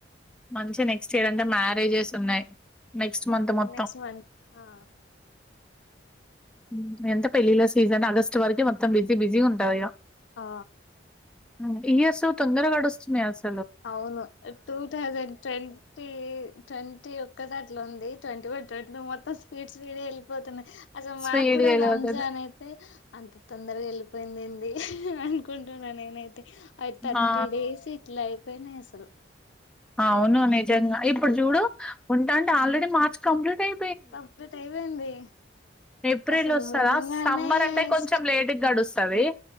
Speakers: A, in the centre; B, on the left.
A: మంచిగా నెక్స్ట్ ఇయర్ అంటె మ్యారేజెస్ ఉన్నయ్ నెక్స్ట్ మంత్ మొత్తం
B: నెక్స్ట్ మంత్ ఆ
A: ఉహ్ ఎంత పెళ్ళీల సీజన్ ఆగస్ట్ వరకు మొత్తం బిజీ బిజీ గా ఉంటది ఇగ
B: ఆ
A: ఉ ఇయర్స్ తొందర గడుస్తున్నాయి అసల్
B: అవును టూ థౌజండ్ ట్వంటీ ట్వంటీ ఒక్కటట్లుంది ట్వంటీ వన్ ట్వంటీ మొం స్పీడ్స్ మీద వెళ్ళిపోతున్నాయి అసలు
A: స్పీడ్
B: మాకు కూడా
A: గా వెళ్ళిపోతది
B: రంజన్ అయితే అంత తొందరగా వెళ్ళిపోయిందెంది అనుకుంటున్నా నేనైతే అవి థర్టీ
A: ఆ
B: డేస్ ఇట్లా అయిపోయినాయి అసలు
A: అవును నిజంగా ఇప్పుడు చూడు ఉంటంటే ఆల్రెడీ మార్చి కంప్లీట్ అయి
B: కంప్లీట్ అయిపోయింది
A: ఏప్రిల్
B: అసలు
A: వస్తుందా
B: మొన్ననే
A: సమ్మర్ అంటే కొంచెం
B: స్ట్
A: లేటు గడుస్తుంది